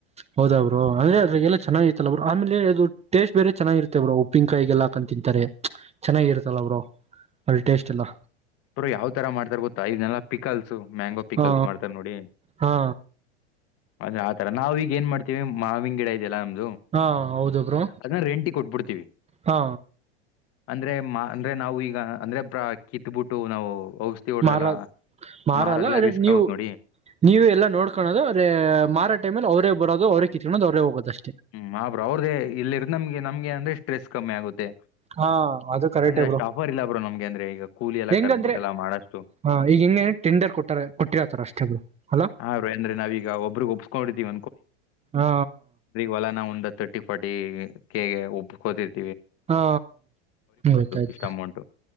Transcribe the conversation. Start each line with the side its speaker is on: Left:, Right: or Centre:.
Right: ಹೌದರು ಅಂದ್ರೆ ಅದ್ರಲ್ಲ ಚೆನ್ನಾಗಿತ್ತಲ್ಲ ಅವ್ರರು ಆಮೇಲೆ ಅದು ಟೇಸ್ಟ್ ಬೇರೆ ಚೆನ್ನಾಗಿರುತ್ತ ಬ್ರರು ಉಪ್ಪಿಿನಕಾಯಿಗೆಲ್ಲ ಹಾಕೊಂಡು ತಿಂತಾರೆ ಚೆನ್ನಾಗಿರತಲ್ಲ ಅವ್ರರು ಅದ್ರ ಟೇಸ್ಟ್ ಎಲ್ಲ.
Left: ಬ್ರೋ ಯಾವದ ಈ ತರ ಮಾಡ್ತಾರ ಗೊತ್ತಾ ಇದನ್ನಲ್ಲ ಪಿಕಲ್ಸ್ ಮ್ಯಾಂಗೋ ಪಿಕಲ್ಸ್
Right: ಹಾ
Left: ಮಾಡ್ತಾರ ನೋಡಿ
Right: ಹಾ
Left: ಅದೇ ಆತರ ನಾವ ಈಗ ಏನ್ ಮಾಡ್ತೀವಿ ಮಾವಿಂಗಿನ ಗಿಡ ಇದೆಯಲ್ಲ ನಮ್ದು
Right: ಹಾ ಹೌದಬ್ರು
Left: ಅದನ್ನ ರೆಂಟಿಗೆ ಕೊಟ್ಬಿಡ್ತೀವಿ
Right: ಹಾ
Left: ಅಂದ್ರೆ ಅಂದ್ರೆ ನಾವು ಈಗ ಅಂದ್ರೆ ಕಿ ಇಟ್ಬಿಟ್ಟು ನಾವು ಔಷಧಿ ಹೊಡ್ದೆಲ್ಲ
Right: ಮಾರ ಮಾರಲ್ಲ
Left: ಮಾರದೆಲ್ಲ
Right: ಅದೇ
Left: ರಿಸ್ಕ್
Right: ನೀವು
Left: ಆಗುತ್ ನೋಡಿ
Right: ನೀವ ಎಲ್ಲ ನೋಡ್ಕಳದು ಅದೇ ಮಾರ ಟೈಮಲ್ಲಿ ಅವರೇ ಬರೋದು ಅವ್ರರೆ ಕಿನ ದರೆ ಹೋಗುತ್ತಷ್ಟ
Left: ಹ್ಮ್ ಆ್ರ ಅವ್ರ್ದೇ ಇಲ್ಲಿ ಇರ್ ನಮ್ಗೆ ನಮ್ಗೆ ಅಂದ್ರೆಷ್ಟ ಸ್ಟ್ರೆಸ್ ಕಮ್ಮಿ ಆಗುತ್ತೆ
Right: ಹಾ ಅದು ಕರೆಕ್ಟ್
Left: ಅಂದ್ರೆ ಅಷ್ಟು
Right: ಬ್ರು
Left: ಆಫರ್ ಇಲ್ಲ ಬ್ರೋ ನಮ್ಗೆ ಅಂದ್ರೆ ಈಗ ಕೂಲಿ ಎಲ್ಲ
Right: ಹೆಂಗಂದ್ರೆ
Left: ಕರ್ದ್ಬಿಟ್ಟೆಲ್ಲ ಮಾಡಷ್ಟು
Right: ಹ ಈಗ ಹೆಂಗ ಟೆಂಡರ್ ಕೊಟ್ಟಾರ ಕೊಟ್ಟಿರತಾರ ಅಷ್ಟೆಬ್ರು ಅಲ
Left: ಹಾ ಬ್ರೋ ಅಂದ್ರೆ ನಾವೀಗ ಒಬ್ರಿಗೆ ಒಪ್ಸ್ಕೊಂಡಿರ್ತೀವಿ
Right: ಹಾ
Left: ಅವ ನಾ ಒಂದು ತರ್ಟಿ ಫಾರಟಿ ಕೆಗೆ ಒಪ್ಕೋತವಿ
Right: ಹಾ ಗೊತ್ತಾಯ್ತು
Left: ಇಷ್ಟ ಅಮೌಂಟ್